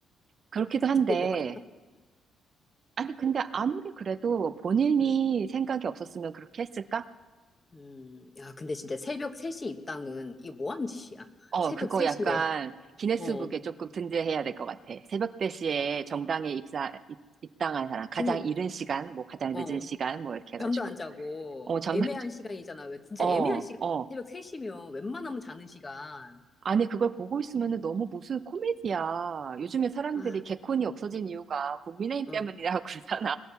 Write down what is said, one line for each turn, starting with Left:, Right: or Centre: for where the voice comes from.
Right: 그렇기도 한데,
Left: 그게 뭐가 있어?
Right: 아니, 근데 아무리 그래도 본인이
Left: 음,
Right: 생각이 없었으면 그렇게 했을까?
Left: 음, 야, 근데 진짜 새벽 3시 입당은 이게 뭐 하는 짓이야?
Right: 어,
Left: 새벽
Right: 그거
Left: 3시에.
Right: 약간 기네스북에
Left: 어.
Right: 조금 등재해야 될 것 같아. 새벽 4시에 정당에 입사, 입, 입당한 사람. 가장
Left: 아니,
Right: 이른 시간, 뭐 가장
Left: 어,
Right: 늦은 시간, 뭐 이렇게 해가지고.
Left: 잠도 안 자고
Right: 어, 전담,
Left: 애매한
Right: <laughs>
Left: 시간이잖아. 왜 진짜
Right: 어,
Left: 애매한 시간.
Right: 어.
Left: 새벽 3시면 웬만하면 자는 시간.
Right: 아니, 그걸 보고 있으면 너무 무슨 코미디야. 요즘에 사람들이
Left: 아,
Right: 개콘이 없어진
Left: 음,
Right: 이유가 국민의힘
Left: 어.
Right: 때문이라고 <laughs> 그러잖아.